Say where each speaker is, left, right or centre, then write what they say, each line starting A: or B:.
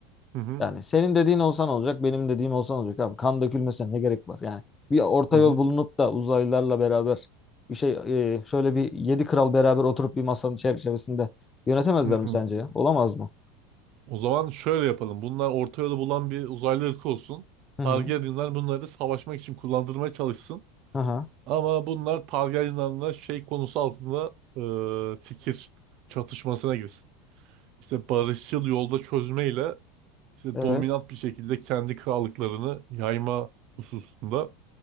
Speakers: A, on the right; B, on the left.
A: Hı hı.
B: Yani senin dediğin olsan olacak, benim dediğim olsan olacak abi. Kan dökülmesine ne gerek var? Yani bir orta
A: Hı hı.
B: yol bulunup da uzaylılarla beraber bir şey e, şöyle bir yedi kral beraber oturup bir masanın çerçevesinde yönetemezler
A: Hı
B: mi
A: hı.
B: sence ya? Olamaz mı?
A: O zaman şöyle yapalım. Bunlar orta yolu bulan bir uzaylı ırkı olsun.
B: Hı hı.
A: Targaryenler bunları savaşmak için kullandırmaya çalışsın.
B: Aha.
A: Ama bunlar Targaryenlerle şey konusu altında e, fikir çatışmasına girsin. İşte barışçıl yolda çözmeyle işte
B: Evet.
A: dominant bir şekilde kendi krallıklarını yayma hususunda.